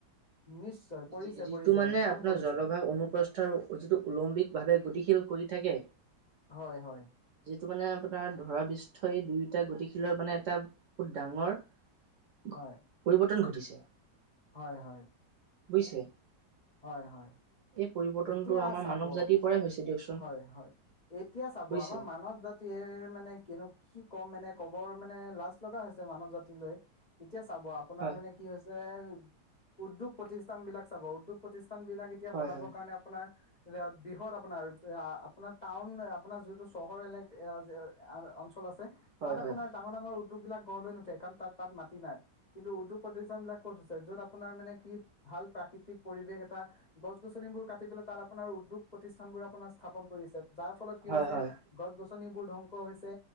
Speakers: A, on the left; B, on the right.
A: নিশ্চয় পৰিছে
B: যি যিটো
A: পৰিছে
B: মানে
A: একদম
B: আপোনাৰ
A: পৰিছে
B: জলভাগ অনুপ্ৰস্থৰ যিটো ওলম্বিক ভাৱে গতিশীল কৰি থাকে।
A: হয়, হয়।
B: যিটো মানে আপোনাৰ ধৰাপৃষ্ঠই দুয়োটা গতিশীলৰ মানে এটা বহুত ডাঙৰ
A: হয়
B: পৰিৱৰ্তন ঘটিছে <inaudible>
A: হয়, হয়।
B: বুজিছে?
A: হয়, হয়।
B: এই পৰিৱৰ্তনটো
A: এতিয়া
B: আমাৰ
A: চাব
B: মানৱ জাতিৰ পৰাই হৈছে দিয়কচোন
A: হয় হয় এতিয়া চাব
B: বুজিছে
A: আমাৰ মানৱ জা তিৰ মানে কিনো কি কম মানে ক'বৰ মানে লাজ লগা হৈছে মানৱ জাতিলৈ এতিয়া চাব আপোনাৰ
B: হয়
A: মানে কি হৈছে উদ্যোগ প্ৰতিষ্ঠান বিলাক চাব উদ্যোগ প্ৰতিষ্ঠান বিলাক এতিয়া
B: হয়
A: বনাব
B: হয়।
A: আপোনাৰ বৃহৎ আপোনাৰ আ আপোনাৰ টাউন আপোনাৰ যিহেতু চহৰ এলেক এয়া যে আ অঞ্চল আছে।
B: হয়
A: তাত
B: হয়
A: আপোনাৰ ডাঙৰ, ডাঙৰ উ দ্যোগ বিলাক গঢ় লৈ নুঠে কাৰণ তাত-তাত মাটি নাই, কিন্তু উদ্যোগ প্ৰতিষ্ঠান বিলাক ক'ত হৈছে য'ত আপোনাৰ মানে কি ভাল প্ৰাকৃতিক পৰিৱেশ এটা গছ -গছ বোৰ কাটি পেলাই তাত আপোনাৰ উদ্যোগ প্ৰতি স্থানবোৰ আপোনাৰ স্থাপন কৰিছে, যাৰ ফলত কি
B: হয়
A: হৈছে
B: হয়
A: গছ-গছনিবোৰ ধ্বংস হৈছে,